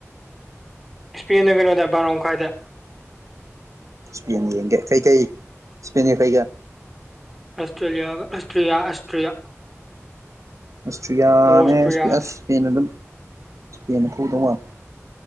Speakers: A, in the centre; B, on the right.
A: ꯁ꯭ꯄꯦꯟꯅ ꯀꯩꯅꯣꯗ ꯕꯥꯔꯣꯝꯈꯥꯏꯗ
B: ꯁ꯭ꯄꯦꯟ ꯌꯦꯡꯒꯦ ꯀꯩꯀꯩ ꯁ꯭ꯄꯦꯟꯒ ꯀꯩꯒ
A: ꯑꯁꯇ꯭ꯔꯦꯂꯤꯌꯥꯒ ꯑꯁꯇ꯭ꯔꯤꯌꯥ ꯑꯁꯇ꯭ꯔꯤꯌꯥ
B: ꯑꯁꯇ꯭ꯔꯤꯌꯥꯅꯦ
A: ꯑꯣꯁꯇ꯭ꯔꯤꯌꯥꯗ
B: ꯑꯁ ꯁ꯭ꯄꯦꯟ ꯗꯨꯝ ꯁ꯭ꯄꯦꯟꯅ ꯐꯨꯗꯧ ꯃꯥꯜꯂꯦ